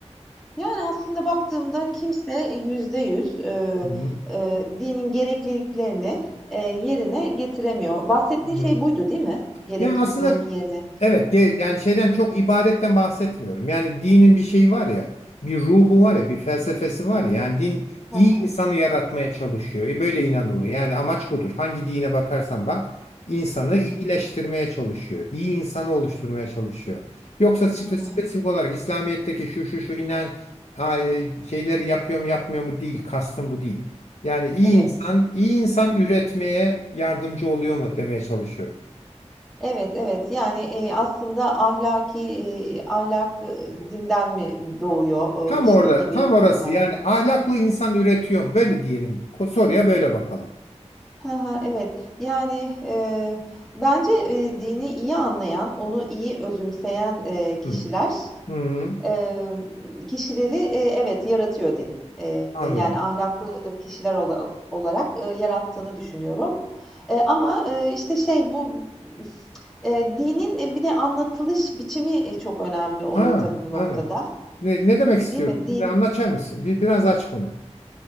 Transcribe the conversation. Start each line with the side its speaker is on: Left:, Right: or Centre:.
Centre: Yani aslında baktığımda kimse %100, eee,
Left: Hı
Centre: eee, dinin gerekliliklerini, eee, yerine getiremiyor. Bahsettiğin
Left: hı.
Centre: şey buydu, değil mi? Gerekliliklerini
Left: Yani aslında
Centre: yerine
Left: Evet, ge- yani şeyden çok ibadetten bahsetmiyorum. Yani dinin bir şeyi var ya, bir ruhu
Centre: Hı hı.
Left: var ya, bir felsefesi var ya. Yani din iyi
Centre: Hı
Left: insanı yaratmaya çalışıyor. E böyle inanılıyor. Yani amaç budur. Hangi dine bakarsan bak, insanı
Centre: Hı hı.
Left: iyileştirmeye çalışıyor. İyi insanı oluşturmaya çalışıyor. Yoksa spe-
Centre: Hı hı.
Left: spesifik olarak İslamiyet'teki şu şu şu inen a- e, şeyleri yapıyor mu yapmıyor mu değil. Kastım bu değil. Yani iyi
Centre: Evet.
Left: insan, iyi insan üretmeye yardımcı oluyor mu demeye çalışıyorum.
Centre: Evet, evet. Yani, eee, aslında ahlaki, eee, ahlak, ııı, dinden mi doğuyor, ııı,
Left: Tam
Centre: işte,
Left: orada,
Centre: gibi
Left: tam
Centre: konular.
Left: orası. Yani ahlaklı insan üretiyor mu? Böyle diyelim. Ko- Soruya böyle bakalım.
Centre: Hı hı, evet. Yani, eee, bence, eee, dini iyi anlayan, onu iyi özümseyen, eee, kişiler
Left: Hı. Hı,
Centre: Eee, kişileri, eee, evet, yaratıyor din. Eee,
Left: anladım.
Centre: yani ahlaklı, kişiler ola olarak, ııı, yarattığını düşünüyorum. Eee, ama, eee, işte, şey, bu, eee, dinin, eee, bir de anlatılış biçimi, eee, çok önemli oluyor
Left: Ha,
Centre: tabii bu noktada,
Left: anladım. Ne, ne demek
Centre: değil
Left: istiyorsun?
Centre: mi? Din
Left: Bir Anlatır
Centre: <laughs>
Left: mısın? Bir, biraz aç bunu.